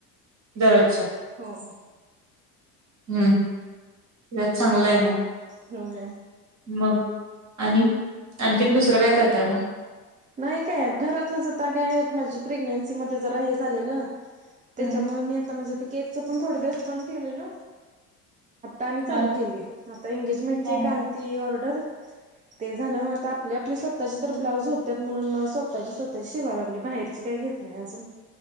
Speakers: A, on the right (about 35°); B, on the right (about 20°).
A: दररोजच्या
B: हो
A: हम्म हम्म यात चांगलय न म
B: होय
A: मग आणि आणखीन दुसरं काय करताय मग
B: नाही काय घरातलंच आता काय माझं प्रेग्नेन्सी मध्ये जरा हे झालेलं त्यांच्यामुळे
A: हा
B: मी आता माझ्या ते केकच पण थोड दिवस बंद केलेलो आणि चालू
A: हा
B: केली आता एंगेजमेंटची
A: हा
B: एक आलती ऑर्डर ते झालं मग आपली आपली स्वतःची तर ब्लाऊज होत्यात म्हणून मग स्वतःची स्वतःची शिवा लागलोय बाहेरची काय घेत नाही अजून